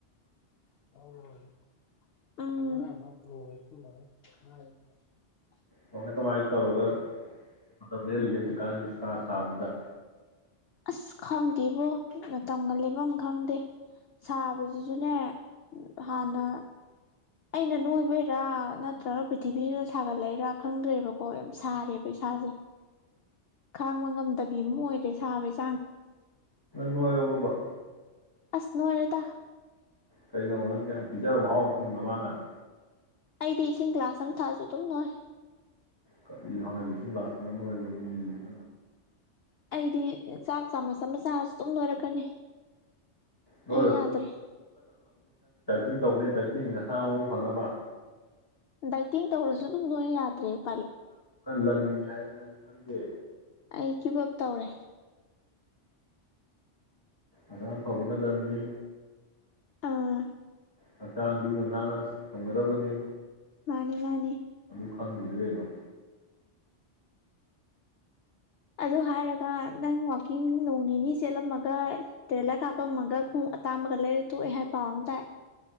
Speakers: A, on the left (about 60°); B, on the left (about 20°).
A: ꯎꯝ
B: ꯀꯃꯥꯢ ꯀꯃꯥꯏ ꯇꯧꯔꯒ ꯃꯇꯝ ꯂꯦꯜꯂꯤꯒꯦ ꯍꯧꯖꯤꯛꯀꯥꯟꯖꯤ ꯅꯨꯡꯁꯥꯒ ꯁꯥꯕꯁꯤꯗ
A: ꯑꯁ ꯈꯪꯗꯦꯕ ꯃꯇꯝꯒ ꯂꯦꯟꯕꯝ ꯈꯪꯗꯦ ꯁꯥꯕꯖꯤꯖꯨꯅꯦ ꯍꯥꯟꯅ ꯑꯩꯅ ꯅꯣꯏꯕꯩꯔꯥ ꯅꯠꯇ꯭ꯔꯒ ꯄ꯭ꯔꯤꯊꯤꯕꯤꯖꯤꯅ ꯁꯥꯒꯠꯂꯛꯏꯔ ꯈꯪꯗ꯭ꯔꯦꯕꯀꯣ ꯌꯥꯝ ꯁꯥꯔꯦꯕ ꯏꯁꯥꯁꯦ ꯈꯥꯡꯕ ꯉꯝꯗꯕꯤ ꯑꯃ ꯑꯣꯏꯔꯦ ꯁꯥꯕꯩꯁ
B: ꯃꯣꯔ ꯃꯕ
A: ꯑꯁꯅꯨ ꯑꯔꯗ
B: ꯀꯩꯅꯣꯪ ꯌꯥꯝ ꯄꯤꯖꯕ ꯥꯎ ꯊꯨꯝꯗ ꯃꯥꯅ
A: ꯑꯩꯗꯤ ꯏꯁꯤꯡ ꯒꯥꯁ ꯑꯃ ꯊꯥꯁꯨ ꯑꯗꯨꯝ ꯅꯣꯏ
B: ꯀ ꯍꯣꯏꯁꯤꯡ ꯂꯥꯁ ꯑꯣꯏꯣꯏꯕ ꯃꯤ
A: ꯑꯩꯗꯤ ꯆꯥꯛ ꯆꯥꯃꯁ ꯑꯃ ꯆꯥꯔꯁꯨ ꯑꯗꯨꯨꯝ ꯂꯣꯏꯔꯛꯀꯅꯤ
B: ꯅꯣꯏꯔ
A: ꯑꯩ ꯌꯥꯗ꯭ꯔꯦ
B: ꯤꯡ ꯇꯧꯅꯦ ꯗꯇꯤꯡ ꯃꯁꯥ ꯃꯎ ꯐꯅꯕ
A: ꯗꯥꯏꯇꯤꯡ ꯇꯧꯔꯁꯨ ꯑꯗꯨꯝ ꯂꯣꯏꯅ ꯌꯥꯗ꯭ꯔꯦꯕ
B: ꯂꯪꯅꯤ ꯍꯥꯏꯗꯨꯅꯪ ꯈꯪꯗꯦ
A: ꯑꯩ ꯀꯤꯕꯞ ꯇꯧꯔꯦ
B: ꯑꯗꯥꯡ ꯐꯥꯎꯅ ꯂꯅꯤꯅꯤ
A: ꯑꯥ
B: ꯍꯛꯆꯥꯡ ꯂꯨꯅ ꯅꯥꯟꯅ ꯊꯝꯒꯗꯕꯅꯤ
A: ꯃꯥꯅꯤ ꯃꯥꯅꯤ ꯑꯅꯤ
B: ꯈꯪꯗꯗꯤ ꯀꯩꯅꯣ
A: ꯑꯗꯨ ꯍꯥꯏꯔꯒ ꯅꯪ ꯋꯥꯋꯥꯛꯀꯤꯡ ꯅꯣꯡ ꯅꯤꯅꯤ ꯆꯦꯜꯂꯝꯃꯒ ꯇ꯭ꯔꯦꯂꯔ ꯀꯥꯞꯄꯝꯃꯒ ꯈꯣꯡ ꯑꯇꯥꯡꯕꯒ ꯂꯩꯔ ꯊꯣꯛꯑꯦ ꯍꯥꯏꯕ ꯄꯥꯎ ꯑꯃ ꯇꯥꯏ